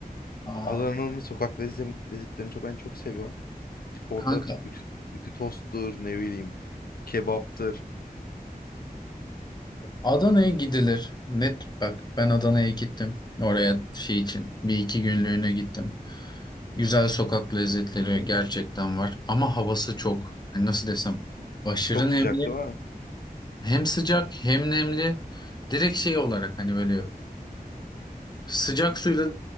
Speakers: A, on the left; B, on the left.
A: Aa,
B: Adana'nın sokak lezzet, lezzetlerini çok ben çok seviyorum. Tip orada
A: Kanka
B: ütü, ütü tosttur, ne bileyim, kebaptır.
A: Adana'ya gidilir. Net bak ben Adana'ya gittim. Oraya şey için bir iki günlüğüne gittim. Güzel sokak lezzetleri gerçekten var ama havası çok. Hani nasıl desem aşırı
B: Çok
A: nemli.
B: sıcak değil mi?
A: Hem sıcak hem nemli. Direkt şey olarak hani böyle Sıcak suyla